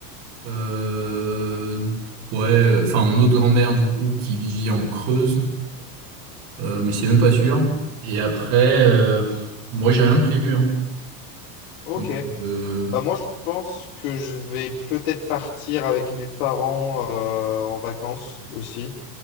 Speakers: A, on the right (about 50°); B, on the left (about 60°).
A: euh, ouais, euh, enfin mon autre grand-mère du coup qui vit en Creuse, euh, mais c'est même pas sûr. Et après, euh, pff, moi j'ai rien de prévu, hein.
B: Ok.
A: Donc, euh,
B: Bah moi, je pense que je vais peut-être partir avec mes parents euh, en vacances aussi.